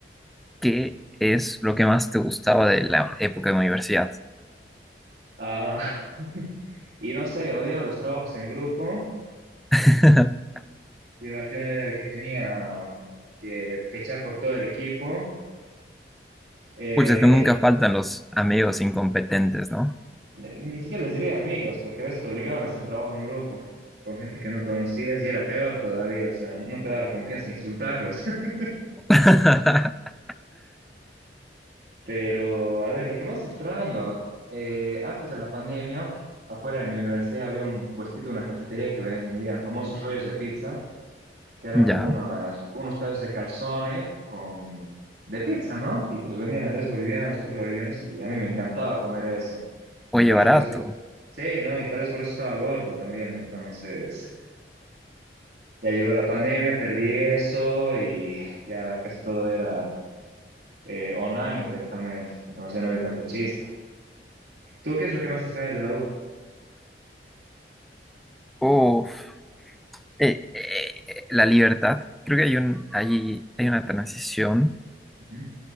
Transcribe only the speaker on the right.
Ah, <laughs> y no sé, odiaba los trabajos en grupo.
Yo al final era el que tenía que pechar por todo el equipo. Eh,
eh,
ni siquiera les diría amigos, porque a veces te obligaban a hacer trabajo en grupo con gente que no conocías y era peor todavía, o sea, no te daba la confianza de insultarlos. <laughs>
Pero, a ver, lo que más extraño, eh, antes de la pandemia, afuera de mi universidad había un puestito, una cafetería que vendían famosos rollos de pizza, que eran
como unos, unos pedazos de calzone con, de pizza, ¿no? Y te los vendían a tres bolivianos, cuatro bolivianos, y a mí me encantaba comer eso.
Tal
vez por eso. Sí, no, y tal vez por eso estaba gordo también. Entonces, ya llegó la pandemia, perdí eso y ya casi todo era eh, online directamente. Entonces ya no había tanto chiste. ¿Tú qué es lo que más extrañas de la U?
Ujú.